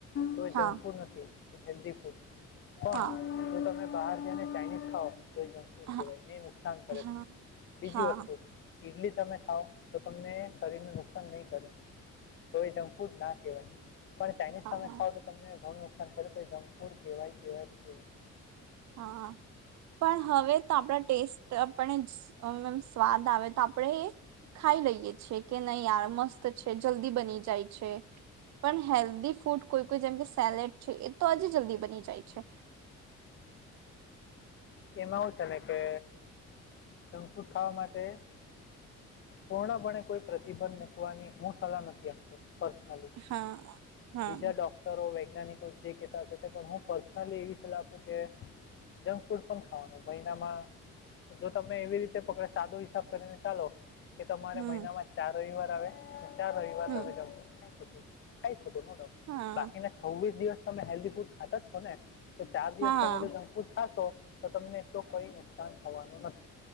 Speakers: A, on the left (about 40°); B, on the right (about 65°).
A: તો એ જંક
B: હા
A: ફૂડ નથી. એ હેલ્ધી ફૂડ છે. પણ
B: હા
A: જો તમે બહાર જઈને ચાઇનીઝ ખાઓ તો એ જંકફૂડ
B: હા
A: કેવાય ને નુકસાન કરે.
B: હા
A: બીજી
B: હા
A: વસ્તુ ઇડલી તમે ખાઓ? તો તમને શરીરને નુકસાન નહી કરે, તો એ જંક ફૂડ ના કહેવાય. પણ ચાઇનીઝ
B: હા
A: તમે ખાાવ તો તમને ઘણું નુકસાન કરે તો એ જંક ફૂડ કેવાય કેવાય ને કેવાય.
B: હા પણ હવે તો આપણા ટેસ્ટ આપણે અ સ્વાદ આવે તો આપણે એ ખાઈ લઈએ છીએ. કે નહી યાર મસ્ત છે, જલ્દી બની જાય છે. પણ હેલ્ધી ફૂડ કોઈ કોઈ જેમ કે સેલેડ છે. એ તો હજી જલ્દી બની જાય છે.
A: એમાં હું છે ને, કે જંકફુડ ખાવા માટે પૂંર્ણપણે કોઈ પ્રતિબંધ મૂકવાની હું સલાહ નથી આપતો. પર્સનલી
B: હા હા
A: બીજા ડોક્ટરો, વૈ વૈજ્ઞાનિકો જે કહેતા હોય, તે પણ હું પર્સનલી એવી સલાહ આપું કે જંકફૂડ પન ખાવાનું. મહિનામાં જો તમે એવી રીતે પકડો એવો સાદો હિસાબ કરીને ચાલો કે તમારે
B: હમ
A: મહિનામાં ચાર રવિવાર આવે ચાર રવિવાર
B: હમ
A: તમે જંકફૂડ ખાઈ ખાઈ શકો નો ડાઉટ,
B: હા
A: બાકીના છવ્વીસ દિવસ તમે હેલ્ધી ફૂડ ખાતા જ છો ને? તો ચાર દિવસ
B: હા
A: તમે જો જંકફૂડ ખાશો તો તમને એટલું કોઈ નુકસાન થવાનું નથી.